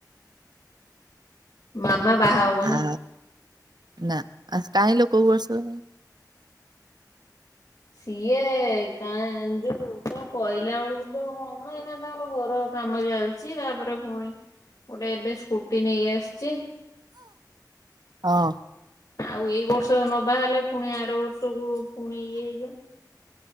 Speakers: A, on the left; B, on the right.
A: ମାମା ବାହା ହବନି।
B: ଅ ନା କାହିଁଲୋ କୋଉ ବର୍ଷ?
A: ସିଏ କାଁ ଯୋଉ ତାଙ୍କୁ କହିଲା ବେଳକୁ ତ କଣ ଏଇନା ତାଙ୍କ ଘର କାମ ଚାଲିଛି ତାପରେ ପୁଣି ଗୋଟେ ଏବେ ସ୍କୁଟି ନେଇକିଆସିଛି
B: ହଁ।
A: ଆଉ ଏଇ ବର୍ଷ ନ ବାହା ହେଲେ ପୁଣି ଆର ବର୍ଷକୁ ପୁଣି ଇଏ ହେଇଯିବ ‌।